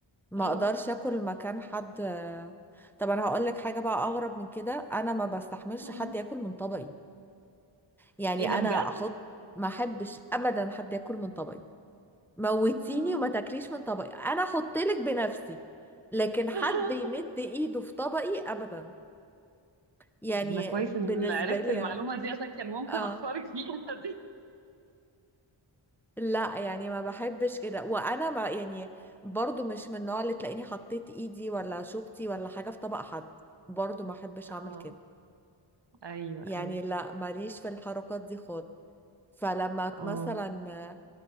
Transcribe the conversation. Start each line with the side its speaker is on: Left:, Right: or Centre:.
Centre: ما
Right: اه
Centre: اقدرش اكل مكان حد طب انا هقول لك حاجه بقى اغرب من كده انا ما بستحملش
Right: مم.
Centre: حد ياكل من طبقي يعني
Right: ايه ده
Centre: انا
Right: بجد؟
Centre: احط ما احبش ابدا حد ياكل من طبقي موتيني
Right: آه.
Centre: وما تاكليش من طبقي انا احط لك بنفسي لكن حد
Right: <laughs>
Centre: يمد ايده في طبقي ابدا يعني
Right: ده انا كويس
Centre: بالنسبه
Right: اني اللي عرفت
Centre: لي
Right: المعلومة دي عشان كان ممكن
Centre: اه
Right: اخسرك فيها دي
Centre: لا يعني ما بحبش كده وانا ما يعني برضو مش من النوع اللي تلاقيني حطيت ايدي ولا شوكتي ولا حاجة في طبق حد برضو ما احبش
Right: اه
Centre: اعمل كده
Right: ايوه
Centre: يعني
Right: ايوه
Centre: لا ماليش في الحركات دي خالص فلما
Right: اه
Centre: مثلا